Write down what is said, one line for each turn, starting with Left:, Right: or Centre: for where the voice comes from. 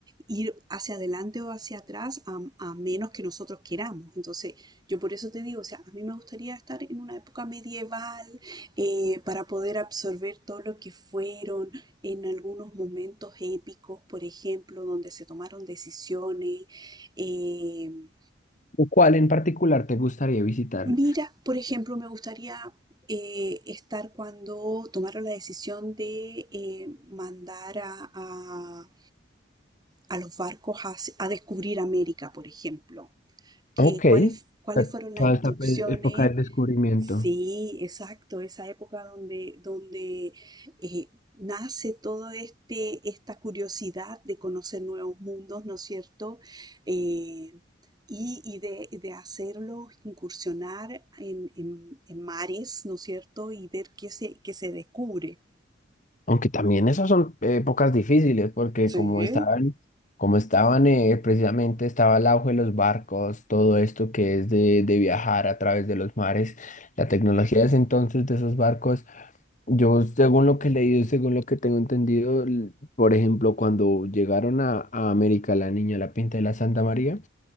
Right: ir hacia adelante o hacia atrás a, a menos que nosotros queramos. Entonces, yo por eso te digo, o sea, a mí me gustaría estar en una época medieval eh, para poder absorber todo lo que fueron en algunos momentos épicos, por ejemplo, donde se tomaron decisiones. eh,
Left: ¿Cuál en particular te gustaría visitar?
Right: Mira, por ejemplo, me gustaría eh, estar cuando tomaron la decisión de eh, mandar a, a- a los barcos a, a descubrir América, por ejemplo. Que,
Left: Ok.
Right: ¿cuáles, cuáles
Left: Ta-
Right: fueron las
Left: Toda
Right: instrucciones?
Left: esta pe- época del descubrimiento.
Right: Sí, exacto, esa época donde, donde eh, nace todo este, esta curiosidad de conocer nuevos mundos, ¿no es cierto? Eh, y y de, de hacerlo, incursionar en, en- en mares, ¿no es cierto? Y ver qué se, qué se descubre.
Left: Aunque también esas son épocas difíciles, porque
Right: Sí,
Left: como estaban, como estaban eh, precisamente, estaba el auge de los barcos, todo esto que es de, de viajar a través de los mares, la tecnología de ese entonces de esos barcos, yo según lo que he leído, según lo que tengo entendido, l- por ejemplo, cuando llegaron a, a América la Niña, la Pinta de la Santa María,